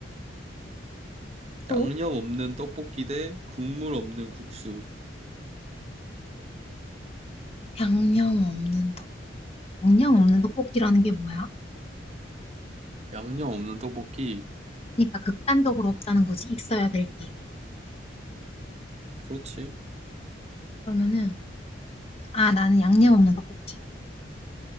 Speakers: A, on the left; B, on the right.
A: 또,
B: 양념 없는 떡볶이 대 국물 없는 국수.
A: 양념 없는 떡. 양념 없는 떡볶이라는 게 뭐야?
B: 양념 없는 떡볶이.
A: 그러니까 극단적으로 없다는 거지, 있어야 될 게.
B: 그렇지.
A: 그러면은, 아, 나는 양념 없는 떡볶이.